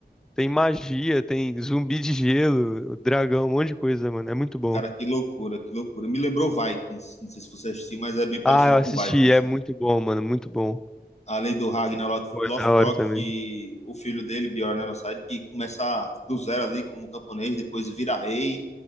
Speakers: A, in the centre; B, on the left.
A: tem magia, tem zumbi de gelo, dragão, um monte de coisa, mano. É muito bom.
B: Cara, que loucura, que loucura. Me lembrou Vikings. Não sei se você assistiu, mas é bem parecido
A: Ah, eu assisti,
B: com Vikings.
A: é muito bom, mano, muito bom.
B: além do Ragnar Loth-
A: Foi
B: Lothbrok,
A: da hora também.
B: que o filho dele, Bjorn Ironside, que começa do zero ali como camponês, depois vira rei